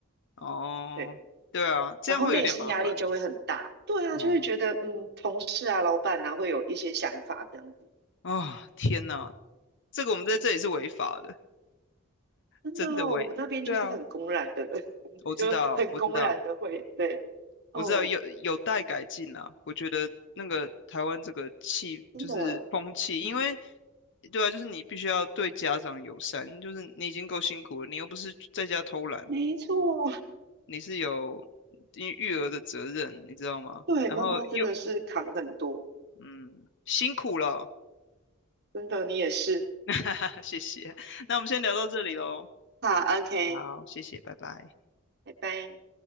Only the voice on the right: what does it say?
对，
然后内心压力就会很大，对啊，
就会觉得嗯，同事啊、老板啊会有一些想法这样子，
真的哦，
我们那边就是很公然的，
<laughs> 我们这里就很公然的会，
对，
哦，
真的，嗯，
没错。
对，
妈妈真的是扛很多，
真的，你也是。
好，OK，
拜拜。